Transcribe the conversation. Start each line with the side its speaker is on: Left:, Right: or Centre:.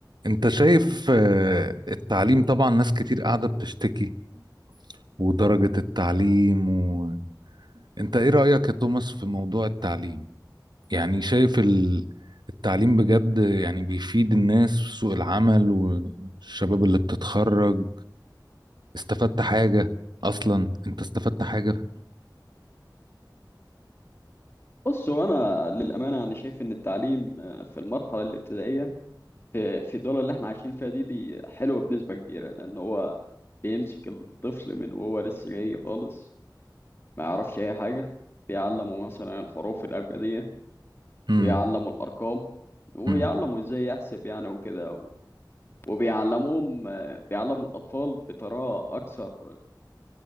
Right: انت شايف آه، التعليم طبعا ناس كتير قاعدة بتشتكي ودرجة التعليم و... انت ايه رأيك يا توماس في موضوع التعليم يعني شايف ال... التعليم بجد يعني بيفيد الناس في سوق العمل والشباب اللي بتتخرج استفدت حاجة اصلا انت استفدت حاجة
Left: بص هو انا للامانه انا شايف ان التعليم آه، في المرحله الابتدائيه في في الدول اللي احنا عايشين فيها دي دي حلوه بنسبه كبيره لان هو بيمسك الطفل من وهو لسه جاي خالص ما يعرفش اي حاجه بيعلمه مثلا الحروف الابجديه
Right: امم
Left: ويعلمه الارقام ويعلمه
Right: امم
Left: ازاي يحسب يعني وكده وبيعلموهم آه، بيعلموا الاطفال بطريقه اكثر